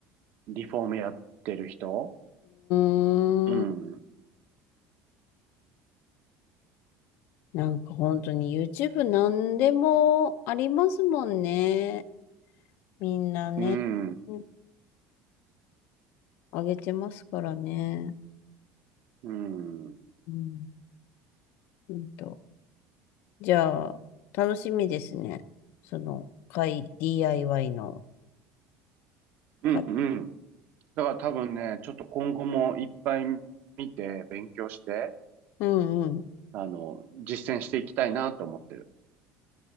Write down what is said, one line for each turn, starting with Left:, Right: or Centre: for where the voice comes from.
Right: リフォームやってる人
Left: うーん。
Right: うん。
Left: なんか本当に YouTube なんでもありますもんね。みんなね、
Right: うん。
Left: うん上げてますからね。
Right: うん。うん。
Left: うん、うんと。じゃあ、楽しみですね。その、会、DIY の
Right: うん。
Left: か
Right: だから多分ね、ちょっと今後もいっぱい見て勉強して、
Left: うんうん。
Right: あの、実践していきたいなと思ってる。